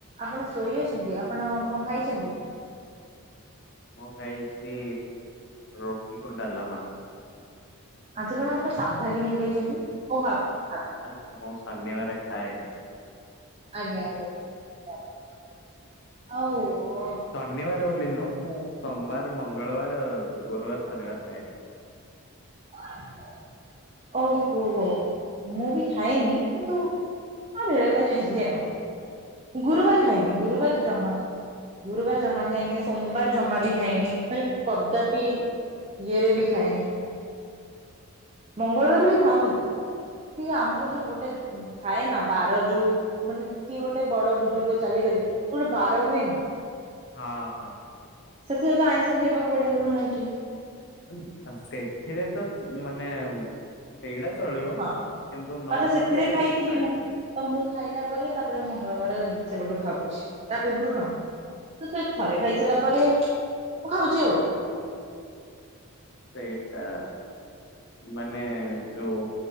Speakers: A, on the right; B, on the left.
A: ଆପଣ ଶୋଇ ଅଛନ୍ତି, ଆପଣ କଁ ଖାଇଛନ୍ତି?
B: ମୁଁ ଖାଇଚି ରୋଟି କି ଡ଼ାଲମା।
A: ଆଜି କଣ ଆପଣ ସାଧା କିଣି ଖାଇଛନ୍ତି ଓହୋ ସା
B: ଆ ମୁଁ ଶନିବାର ଖାଏନି।
A: ଆଜ୍ଞା ଆଜ୍ଞା ବୁଝିଗଲି ଆପଣ <unintelligible> ଆଉ ଓ
B: ଶନିବାର ବୋଲି ନୁହଁ, ମୁଁ ସୋମବାର, ମଙ୍ଗଳବାର, ଗୁରୁବାର, ଶନିବାର ଖାଏନି।
A: <unintelligible> ଓହୋ ହୋ ମୁଁ ବି ଖାଏନି, କିନ୍ତୁ ହଁ ବେଳେବେଳେ ଖାଇଦିଏ ଆଉ ଗୁରୁବାର ଖାଏନି ଗୁରୁବାର ଜମା ଖାଏନି। ଗୁରୁବାର ଜମା ଖାଏନି, ସୋମବାର ଜମା ବି ଖାଏନି ମାନେ କଦାପି ଇଏରେ ବି ଖାଏନି। ମଙ୍ଗଳବାର ବି ଖାଉନଥିଲି ଆମର ଯୋଉ ଗୋଟେ ଥାଏ ନା ବାର ଯୋଉ ମାନେ କିଏ ଗୋଟେ ବଡ ବୁଜୁର୍ଗ ଚାଲିଗଲେ ଗୋଟେ ବାର ହୁଏନି।
B: ହଁ ହଁ।
A: ସେଥିରେ ତ ଆଇଁଷ ଖାଇବାକୁ ପଡେ ଆପଣ ଜାଣିଚନ୍ତି।
B: <unintelligible> ସେଥିରେ ତ ମାନେ ସେଇଡ଼ା ଚଳିବ
A: ହଁ
B: କିନ୍ତୁ ନହଲେ
A: ଆଉ ତ ସେଥିରେ ଖାଇଥିଲି
B: ଖାଏନି।
A: ମୁଁ ତ ମୁଁ ଖାଇଲା ପରେ ତାପରେ ମଙ୍ଗଳବାର ସେବେଠୁ ଖାଉଛି ତା ପୂର୍ବରୁ ଖାଉ ତ ସେ ଥରେ ଖାଇସାଇଲା ପରେ ମୁଁ ଖାଉଛି ଆଉ।
B: ସେଇଟା ମାନେ ଯୋଉ